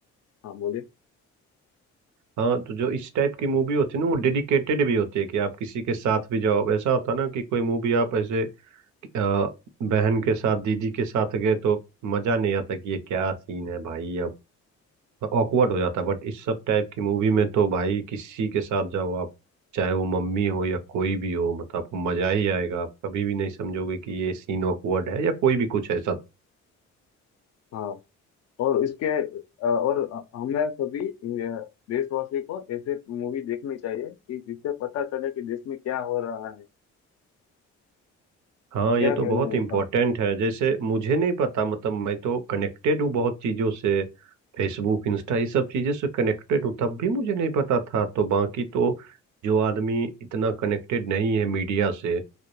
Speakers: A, on the left; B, on the right.
A: हाँ बोलिए
B: हाँ तो जो इस टाइप की मूवी होती है ना वो डेडिकेटेड भी होती है कि आप किसी के साथ भी जाओ ऐसा होता ना कि कोई मूवी आप ऐसे अ, बहन के साथ दीदी के साथ गए तो मजा नहीं आता कि ये क्या सीन है भाई या ऑकवर्ड हो जाता है बट इस सब टाइप की मूवी में तो भाई किसी के साथ जाओ आप चाहे वो मम्मी हो या कोई भी हो मतलब आपको मजा ही आएगा आप कभी भी नहीं समझोगे कि ये सीन ऑकवर्ड है या कोई भी कुछ ऐसा
A: हाँ और इसके अ, और हमें सभी अ, देशवासी को ऐसे मूवी देखनी चाहिए कि जिससे पता चले कि देश में क्या हो रहा है
B: हाँ
A: क्या
B: ये तो
A: कहना
B: बहुत
A: है
B: इम्पोर्टेंट
A: आपका
B: है जैसे मुझे नहीं पता मतलब मैं तो कनेक्टेड हूँ बहुत चीज़ों से फेसबुक इंस्टा ये सब चीज़ों से कनेक्टेड हूँ तब भी मुझे नहीं पता था तो बाकी तो जो आदमी इतना कनेक्टेड नहीं है मीडिया से